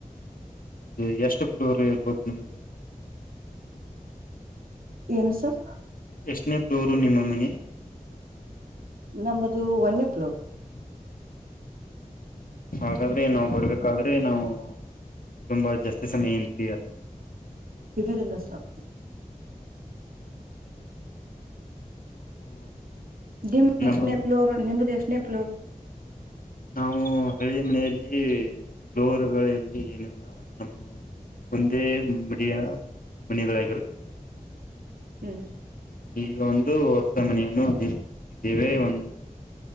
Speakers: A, on the left (about 75°); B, on the right (about 85°).
A: ನಿಮ್ಗೆ ಎಷ್ಟು ಪ್ಲೋರ್ ಇರ್ಬೋದು ನಿಮ್ದ
B: ಏನು ಸರ್
A: ಎಷ್ಟನೇ ಫ್ಲೋರು ನಿಮ್ಮ ಮಣಿ
B: ನಮ್ಮದು ವನ್ಯಪುಲ
A: ಹಾಗಾದ್ರೆ ನಾವು ಬರ್ಬೇಕಾದ್ರೆ ನಾವು ತುಂಬಾ ಜಾಸ್ತಿ ಸಮಯ ಏನ್ ಹಿಡಿಯಲ್ಲ
B: ಟ ತನ್ನ ಸ
A: ಮತ್ತು
B: ನಿಮ್
A: ನಮ್ಮ
B: ಎಷ್ಟನೇ ಪ್ಲೋರ್ ನಿಮ್ದ ಎಷ್ಟ ನೆಪ್ಲೋ
A: ನಾವು ಹಳಿ ಮನೆಯಲ್ಲಿ ಫ್ಲೋರ್ಗಳೆಲ್ಲ ಏನಿಲ್ಲ ನಮ್ಮ ಮುಂದೆ ಮಡಿಯ ಬಣಿಗಳಾಗಿರುತ್ತದೆ
B: ಹ್ಮ್
A: ಈಗ ಒಂದು ಹೊಸ ಮನೆಯನ್ನು ನಿರ್ಮಿಸುತ್ತಿದ್ದೇವೆ ಒಂದು